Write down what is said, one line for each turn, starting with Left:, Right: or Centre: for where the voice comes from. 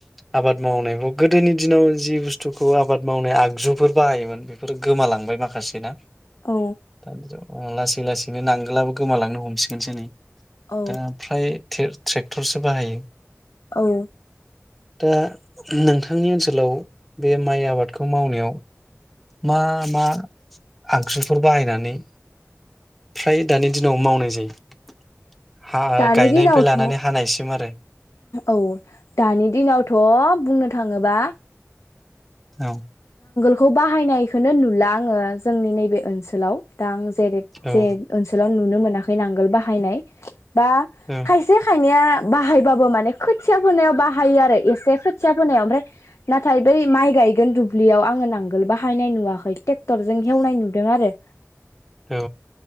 Centre: आबाद मावनायखौ गोदोनि दिनाव जि बुस्थुखौ आबाद मावनाय आगजुफोर बाहायोमोन बेफोर गोमालांबाय माखासे ना
Left: औ
Centre: <inaudible> लासै लासै। बिदिनो नांगोलाबो गोमालांनो हमसिगोनसो नै।
Left: औ
Centre: दा फ्राय थे ट्रेक्टरसो बाहायो।
Left: औ।
Centre: दा नोंथांनि ओनसोलाव बे माइ आबादखौ मावनायाव मा मा आगजुफोर बाहायनानै फ्राय दानि दिनाव मावनाय जायो। हा
Left: दानि
Centre: गायनायनिफ्राय
Left: दिनावथ'
Centre: लानानै हानायसिम आरो।
Left: औ दानि दिनावथ बुंनो थाङोबा।
Centre: औ।
Left: खौ बाहायनायखौनो नुला आङो जोंनि नैबे ओनसोलाव दा आं। जेरेब
Centre: औ
Left: जे ओनसोलाव नुनो मोनाखै नांगोल बाहायनाय। बा
Centre: औ
Left: खायसे खायनैया बाहायबाबो माने खोथिया फोनायाव बाहायो आरो एसे खोथिया फोनायाव ओमफ्राय नाथाय बै माइ गायगोन दुब ब्लियाव आङो नांगोल बाहायनाय नुवाखै। ट्रेक्टरजों हेवनाय नुदों आरो।
Centre: औ।